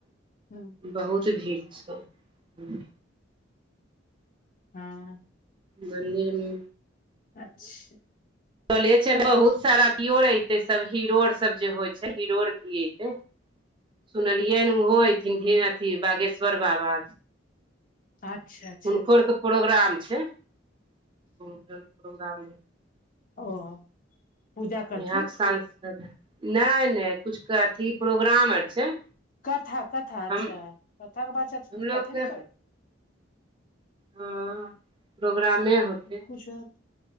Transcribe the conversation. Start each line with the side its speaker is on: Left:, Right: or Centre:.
Left: हम्म,
Right: बहुत भीड़ छै हूँ
Left: हाँ
Right: मन्दिरमे
Left: अच्छा
Right: कले बहुत सारा अथियोर एते सब हीरो आर सब जे होइ छै हीरो आर भी एते सुनलियै ओहोथिन
Left: हम्म,
Right: ओ अथि बागेश्वर बाबा
Left: अच्छा अच्छा
Right: हुनकोरके प्रोग्राम छै हुनको प्रोग्राम
Left: ओ पूजा करथिन
Right: यहाँके सांसद नहि नहि किछुके अथी प्रोग्राम आर छै
Left: कथा कथा अच्छा
Right: हम
Left: कथा के बात
Right: हमलोग
Left: त कथे
Right: के
Left: ने कर
Right: हँ प्रोग्रामे
Left: हूँ
Right: होतै
Left: किछ आओर